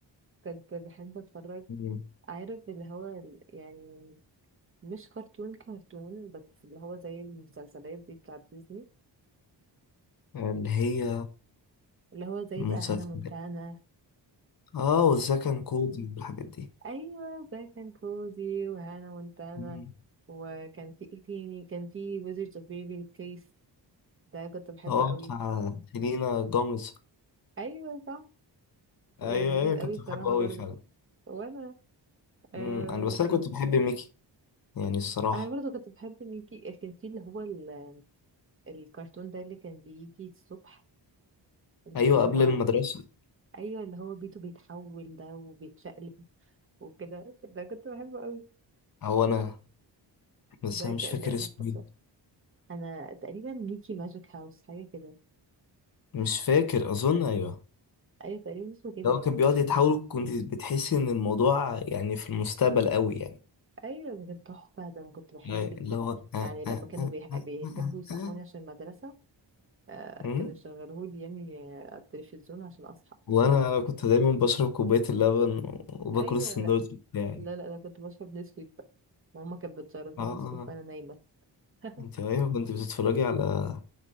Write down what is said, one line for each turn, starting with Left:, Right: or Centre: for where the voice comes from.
Right: كنت بحب اتفرج
Left: مم.
Right: عارف اللي هو ال- يعني مش كرتون كرتون بس اللي هو زي المسلسلات دي بتاعت ديزني
Left: اللي هي
Right: اللي هو زي
Left: المسلسلات
Right: بقى هانا مونتانا
Left: اه والزكن كودي والحاجات دي
Right: ايوه زي كان كوزي وهانا مونتانا
Left: مم.
Right: وكان في ايه تاني كان في ويزرد اوف بيبي كيس ده كنت بحبه
Left: اه
Right: قوي
Left: بتاع سيلينا جوميز
Right: ايوه صح كان
Left: ايوه
Right: لذيذ
Left: ايوه كنت
Right: قوي بصراحه
Left: بحبه قوي
Right: برضه
Left: فعلا
Right: وانا
Left: مم.
Right: آه
Left: انا بس انا
Right: كان
Left: كنت بحب ميكي يعني الصراحه
Right: انا برضه كنت بحب ميكي كان في اللي هو ال... الكرتون ده اللي كان بيجي الصبح اللي
Left: ايوه
Right: هو
Left: قبل المدرسه
Right: ايوه اللي هو بيته بيتحول ده وبيتشقلب وكده ده كنت بحبه قوي
Left: او انا بس
Right: ده
Left: انا
Right: ك...
Left: مش
Right: ده
Left: فاكر
Right: تحفه
Left: اسمه
Right: بصراحه
Left: إيه.
Right: انا تقريبا ميكي ماجيك هاوس حاجه كده
Left: مش فاكر اظن ايوه
Right: ايوه تقريبا اسمه كده
Left: لو
Right: يعني
Left: كان بيقعد
Right: مش
Left: يتحول
Right: مش
Left: كنت بتحس ان الموضوع يعني في المستقبل قوي يعني
Right: ايوه ده كان تحفه ده انا كنت بحبه
Left: أي-
Right: جدا
Left: اللي هو آه
Right: يعني لما
Left: آه
Right: كانوا
Left: آه
Right: بيح-
Left: آه
Right: بيحبوا
Left: آه
Right: يصحوني
Left: آه.
Right: عشان المدرسه آه
Left: مم.
Right: كانوا يشغلوهولي يعني آه، على التلفزيون عشان اصحى عشان
Left: وانا
Right: افوق
Left: انا كنت دايما بشرب كوبايه اللبن وباكل
Right: ايوه
Left: السندوتش
Right: لا
Left: بتاعي
Right: لا لا انا كنت بشرب نسكويك بقى ماما كانت بتشرب
Left: اه
Right: لي
Left: آه.
Right: نسكويك وانا نايمه <laughs>
Left: انت ايوه كنت بتتفرجي على